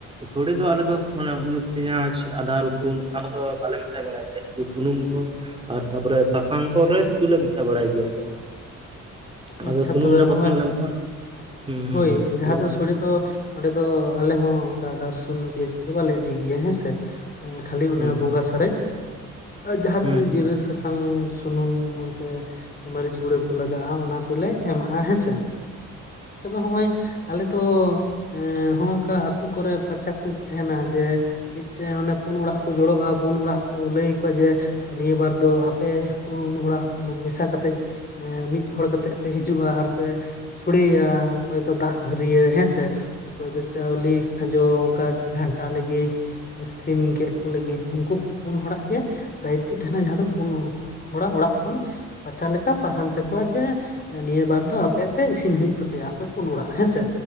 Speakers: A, on the right (about 20°); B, on the left (about 30°).
A: ᱥᱚᱲᱮ ᱫᱚ ᱟᱞᱮ ᱫᱚ ᱢᱟᱱᱮ ᱯᱮᱸᱧᱟᱪ ᱟᱫᱟ ᱨᱚᱥᱩᱱ ᱚᱱᱟ ᱠᱚᱫᱚ ᱵᱟᱞᱮ ᱢᱮᱥᱟ ᱵᱟᱲᱟᱭ ᱜᱤᱭᱟ ᱥᱩᱫᱩ ᱥᱩᱱᱩᱢ ᱠᱚ ᱟᱨ ᱛᱟᱨᱯᱚᱨᱮ ᱥᱟᱥᱟᱝ ᱠᱚᱞᱮ ᱥᱩᱫᱩ ᱞᱮ ᱢᱮᱥᱟ ᱵᱟᱲᱟᱭ ᱜᱮᱭᱟ ᱟᱫᱚ
B: ᱟᱪᱪᱷᱟ
A: ᱥᱩᱱᱩᱢ
B: ᱛᱚᱵᱮ
A: ᱞᱮ ᱯᱨᱚᱛᱷᱚᱢ
B: ᱦᱚᱸᱜᱼᱚᱭ
A: ᱫᱚᱞᱮ ᱦᱩᱸ
B: ᱦᱳᱭ
A: ᱦᱩᱸ
B: ᱡᱟᱦᱟᱸ
A: ᱞᱟᱹᱭ
B: ᱫᱚ
A: ᱵᱮᱱ
B: ᱥᱚᱲᱮ ᱫᱚ ᱚᱸᱰᱮ ᱫᱚ ᱟᱞᱮ ᱦᱚᱸ ᱚᱱᱝᱟ ᱟᱫᱟ ᱨᱟᱥᱩᱱ ᱯᱮᱸᱭᱟᱡᱽ ᱠᱚᱫᱚ ᱵᱟᱞᱮ ᱤᱫᱤ ᱜᱮᱭᱟ ᱦᱮᱸᱥᱮ ᱠᱷᱟᱹᱞᱤ ᱚᱱᱟ
A: ᱦᱩᱸ
B: ᱵᱚᱸᱝᱟ ᱥᱟᱨᱮᱡ ᱟ ᱡᱟᱦᱟᱸ
A: ᱦᱩᱸ
B: ᱛᱤᱱᱟᱹᱜ ᱡᱤᱨᱟᱹ ᱥᱟᱥᱟᱝ ᱥᱩᱱᱩᱢ ᱚᱱ ᱛᱮ ᱢᱟᱹᱨᱤᱪ ᱜᱩᱲᱟᱹ ᱠᱚ ᱞᱟᱜᱟᱜᱼᱟ ᱚᱱᱟ ᱠᱚᱞᱮ ᱮᱢᱟᱜᱼᱟ ᱦᱮᱸᱥᱮᱮ ᱛᱚᱵᱮ ᱦᱚ ᱸᱚᱭ ᱟᱞᱮ ᱫᱚᱚ ᱮᱜ ᱦᱚᱝᱠᱟ ᱟᱛᱩ ᱠᱚᱨᱮ ᱯᱟᱪᱟ ᱠᱚ ᱛᱟᱦᱮᱱᱟ ᱡᱮ ᱢᱤᱫ ᱴᱮᱱ ᱢᱟᱱᱮ ᱯᱩᱱ ᱚᱲᱟᱜ ᱠᱚ ᱡᱚᱲᱚᱜᱼᱟ ᱯᱩᱱ ᱚᱲᱟᱜ ᱠᱚ ᱞᱟᱹᱭ ᱟᱠᱚᱣᱟ ᱡᱮ ᱱᱤᱭᱟᱹ ᱵᱟᱨ ᱫᱚ ᱟᱯᱮ ᱯᱩᱱ ᱚᱲᱟᱜ ᱢᱮᱥᱟ ᱠᱟᱛᱮᱜ ᱮᱮᱸᱢᱤᱫ ᱦᱚᱲ ᱠᱟᱛᱮᱜ ᱯᱮ ᱦᱤᱡᱩᱜᱼᱟ ᱟᱨ ᱯᱮ ᱥᱚᱲᱮᱭᱟ ᱚᱠᱚᱭ ᱫᱚ ᱫᱟᱜ ᱵᱷᱟᱹᱨᱭᱟᱹ ᱦᱮᱸᱥᱮ ᱚᱠᱚᱭ ᱫᱚ ᱪᱟᱣᱞᱤ ᱡᱚ ᱚᱱᱠᱟ ᱜᱷᱟᱱᱴᱟ ᱞᱟᱹᱜᱤᱫ ᱥᱤᱢ ᱜᱮᱫ ᱠᱚ ᱞᱟᱹᱜᱤᱫ ᱩᱱᱠᱩ ᱯᱩᱱ ᱦᱚᱲᱟᱜ ᱜᱮ ᱫᱟᱭᱤᱛᱚ ᱛᱟᱦᱮᱱᱟ ᱡᱟᱦᱟᱸ ᱫᱚ ᱯᱩᱱ ᱦᱚᱲᱟᱜ ᱚᱲᱟᱜ ᱠᱷᱚᱱ ᱯᱟᱪᱟ ᱞᱮᱠᱟ ᱛᱟᱦᱮᱱ ᱛᱟᱠᱚᱣᱟ ᱡᱮ ᱱᱤᱭᱟᱹ ᱵᱟᱨ ᱫᱚ ᱟᱯᱮ ᱯᱮ ᱤᱥᱤᱱ ᱦᱩᱭᱩᱜ ᱛᱟᱯᱮᱭᱟ ᱟᱯᱮ ᱯᱩᱱ ᱚᱲᱟᱜ ᱦᱮᱸᱥᱮ